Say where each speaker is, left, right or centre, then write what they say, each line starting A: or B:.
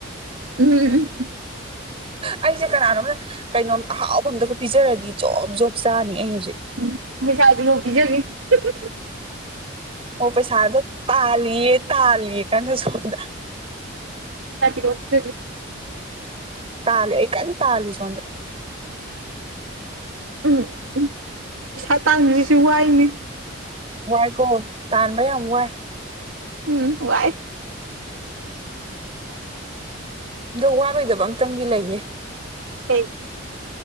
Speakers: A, on the right; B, on the right.
A: ꯎꯝ
B: ꯑꯩꯁꯦ ꯀꯅꯥꯅꯣꯝꯅ ꯀꯩꯅꯣꯝ ꯑꯍꯥꯎꯕ ꯑꯃꯝꯇꯒ ꯄꯤꯖꯔꯗꯤ ꯖꯣꯞ ꯖꯣꯞ ꯆꯥꯔꯅꯤ ꯑꯩ ꯍꯧꯖꯤꯛ
A: <unintelligible>
B: ꯑꯣ ꯄꯩꯁꯥꯗꯣ ꯇꯥꯜꯂꯤꯌꯦ ꯇꯥꯜꯂꯤꯌꯦ ꯀꯟꯅ ꯁꯣꯝꯗ
A: ꯄꯩꯁꯥ ꯄꯤꯔꯛꯑꯣ ꯄꯤꯖꯒꯦ
B: ꯇꯥꯜꯂꯦ ꯑꯩ ꯀꯟꯅ ꯇꯥꯜꯂꯤ ꯁꯣꯟꯗ
A: ꯎꯝ ꯎꯝ ꯄꯩꯁꯥ ꯇꯥꯟꯕꯁꯤꯁꯨ ꯋꯥꯏꯅꯦ
B: ꯋꯥꯏ ꯀꯣ ꯇꯥꯟꯕ ꯌꯥꯝ ꯋꯥꯏ
A: ꯎꯝ ꯋꯥꯏ
B: ꯑꯗꯣ ꯋꯥꯔꯣꯏꯗꯕ ꯑꯝꯇꯪꯗꯤ ꯂꯩꯌꯦ
A: ꯀꯩ